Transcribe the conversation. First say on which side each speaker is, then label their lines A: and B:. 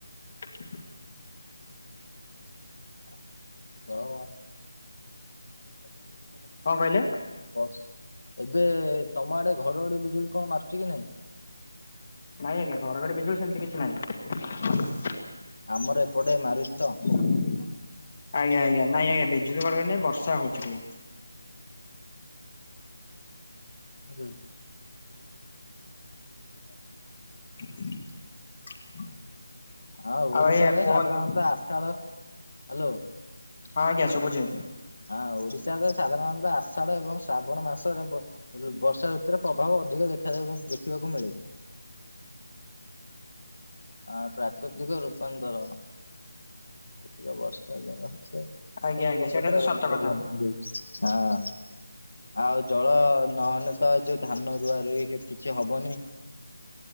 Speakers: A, on the left; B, on the left.
A: <unintelligible>
B: <unintelligible> <unintelligible>
A: କଣ କହିଲେ?
B: ବସ୍, ଏବେ ତମ ଆଡ଼େ ଘଡ଼ଘଡ଼ି ବିଜୁଳି କଣ ମାରୁଛି କି ନାଇଁ?
A: ନାଇଁ ଆଜ୍ଞା ଘଡ଼ଘଡ଼ି ବିଜୁଳି ସେମିତି କିଛି ନାହିଁ।
B: ଆମର ଏପଟେ ମାରୁଛି ତ
A: ଆଜ୍ଞା ଆଜ୍ଞା, ନାଇଁ ଆଜ୍ଞା ବିଜୁଳି ଘଡ଼ଘଡ଼ି ନାଇଁ ବର୍ଷା ହଉଛି।
B: ହାଲୋ। ହା
A: <inaudible>
B: ହଁ ଓଡ଼ିଶାରେ
A: ଆଉ ଆଜ୍ଞା କୁହନ୍ତୁ
B: ସାଧାରଣତଃ ଆଷାଢ ହାଲୋ।
A: ହଁ ଆଜ୍ଞା ଶୁଭୁଛି।
B: ହଁ ଓଡିଶାାରେ ସାଧାରଣତଃ ଆଷାଢ ଏବଂ ଶ୍ରାବଣ ମାସରେ ବ ରୁ ବର୍ଷା ଋତୁରେ ପ୍ରଭାବ ଅଧିକ ଦେଖା ଯିବା ଦେଖିବାକୁ ମିଳେ। ଆ ପ୍ରାକୃତିକ ରୂପାନ୍ତର କୃତିକ ବର୍ଷା ଜଳ ଥି ତୁ
A: ଆଜ୍ଞା
B: ଟା ମୋ
A: ଆଜ୍ଞା
B: ମୁଣ୍ଡ
A: ସେଇଟା
B: ଖରାପ
A: ତ ସତ
B: କରନା <unintelligible>
A: କଥା
B: ହଁ ଆଉ ଜଳ ନ ହେଲେ ତ ଏ ଯୋଉ ଧାନ ରୁଆ ରୁଇ କି-କିଛି ହବନି।